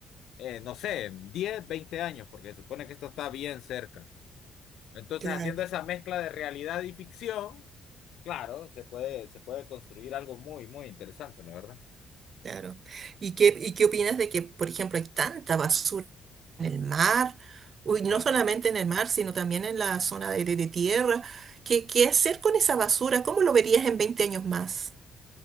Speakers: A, on the left; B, on the right.
A: eh, no sé, en 10, 20 años, porque se supone que esto está bien cerca. Entonces,
B: claro,
A: haciendo esa mezcla de realidad y ficción, claro, se puede, se puede construir algo muy, muy interesante, la verdad.
B: claro. ¿Y qué, y qué opinas de que, por ejemplo, hay tanta basura en el mar? Uy,
A: O
B: no
A: sea,
B: solamente en el mar, sino también en la zona de, de- de tierra. ¿Qué, qué hacer con esa basura? ¿Cómo lo verías en 20 años más?